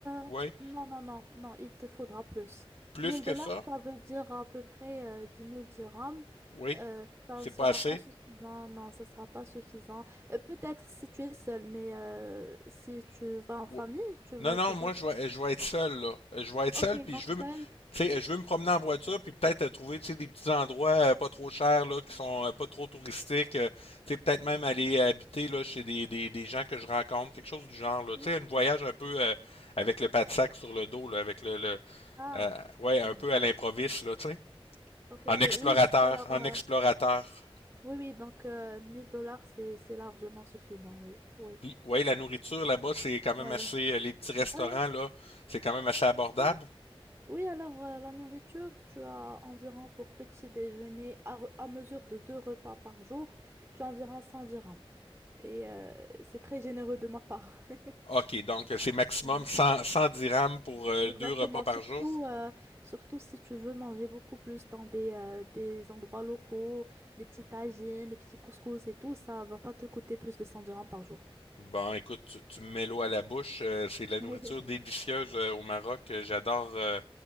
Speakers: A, on the left (about 75°); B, on the right (about 20°).
A: ouais,
B: euh, non, non, non, non, il te faudra plus.
A: plus
B: mille
A: que
B: dollars,
A: ça,
B: ça veut dire à peu près euh, 10 000 dirhams.
A: oui,
B: Euh, ça
A: c'est
B: ne sera
A: pas assez.
B: pas suffisant, non, ça ne sera pas suffisant. Euh, peut-être si tu es seul, mais euh, si tu vas en famille,
A: Ouais.
B: tu vas,
A: Non, non,
B: tu veux.
A: moi, je vais, je vais être seul, là. Je vais être seul,
B: Ok,
A: puis
B: donc
A: je veux me,
B: seul.
A: tu sais, je veux me promener en voiture, puis peut-être euh, trouver, tu sais, des petits endroits euh, pas trop chers, là, qui sont euh, pas trop touristiques. euh, tu sais, peut-être même aller euh, habiter, là, chez des, des, des gens que je rencontre, quelque chose du genre, là.
B: Hmm.
A: Tu sais, un voyage un peu euh, avec le pas de sac sur le dos, là, avec le, le
B: Ah,
A: euh, ouais, un
B: Hmm.
A: peu à l'improviste, là, tu sais.
B: ok,
A: En
B: ok,
A: explorateur,
B: oui, donc alors,
A: en
B: euh,
A: explorateur.
B: oui, oui, donc euh, 1000 dollars, c'est, c'est largement suffisant, oui, oui.
A: Puis, ouais, la nourriture là-bas, c'est quand même
B: Ouais.
A: assez, euh, les petits restaurants,
B: Euh,
A: là, c'est quand même assez abordable.
B: oui. Oui, alors euh, la nourriture, tu as environ pour petit déjeuner, à, re- à mesure de deux repas par jour, tu as environ 100 dirhams. Et euh, c'est très généreux de ma part. <laughs>
A: OK, donc euh, c'est maximum
B: Ouais.
A: 100, 100 dirhams pour euh,
B: Exactement,
A: deux repas par
B: surtout,
A: jour.
B: euh, surtout si tu veux manger beaucoup plus dans des, euh, des endroits locaux, des petits tagines, des petits couscous et tout, ça va pas te coûter plus de 100 dirhams par jour.
A: Bon, écoute, tu, tu me mets l'eau à la bouche. euh, c'est de la nourriture
B: <laughs>
A: délicieuse euh, au Maroc. Euh, J'adore euh,